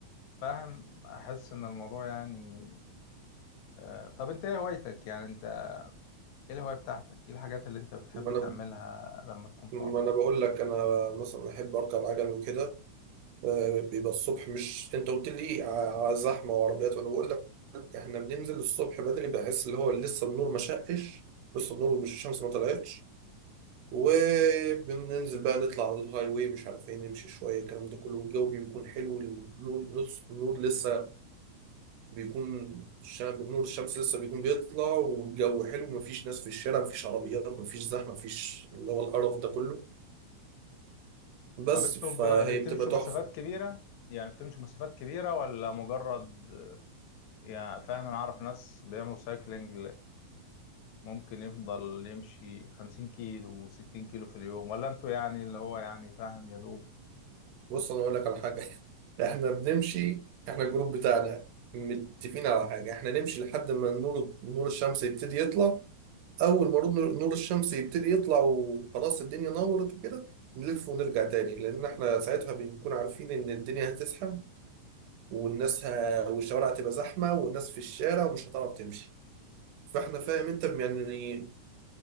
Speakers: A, on the left; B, on the right.
A: فاهم احس ان الموضوع يعني آه، طب انت ايه هوايتك يعني انت ايه الهواية بتاعتك ايه الحاجات اللي انت بتحب
B: فاهم
A: تعملها لما تكون فاضي
B: ما انا بقول لك انا مثلا احب اركب عجل وكده آه، بيبقى الصبح مش انت قلت لي إيه، ع- زحمه وعربيات وانا بقول لك احنا بننزل الصبح بدري بحس اللي هو لسه النور ما شقش لسه النور مش الشمس ما طلعتش وبننزل بقى نطلع على الهاي واي مش عارفين نمشي شويه الكلام ده كله والجو بيكون حلو النور لص- النور لسه بيكون الش- نور الشمس لسه بيكون بيطلع والجو حلو مفيش ناس في الشارع مفيش عربيات مفيش زحمه مفيش اللي هو القرف ده كله بس
A: طب انتوا
B: فهي
A: ب... بتمشوا
B: بتبقى تحفة
A: مسافات كبيرة يعني بتمشوا مسافات كبيرة ولا مجرد آه، يعني فاهم انا اعرف ناس بيعملوا سايكلينج ممكن يفضل يمشي 50 كيلو و60 كيلو في اليوم ولا انتوا يعني اللي هو يعني فاهم يا دوب
B: بص أنا أقول لك على حاجة <laughs> إحنا بنمشي إحنا الجروب بتاعنا متفقين على حاجة إحنا نمشي لحد ما نور نور الشمس يبتدي يطلع أول ما نور نور الشمس يبتدي يطلع وخلاص الدنيا نورت وكده نلف ونرجع تاني لأن إحنا ساعتها بنكون عارفين إن الدنيا هتزحم والناس ه... والشوارع هتبقى زحمة والناس في الشارع ومش هتعرف تمشي فإحنا فاهم أنت يعني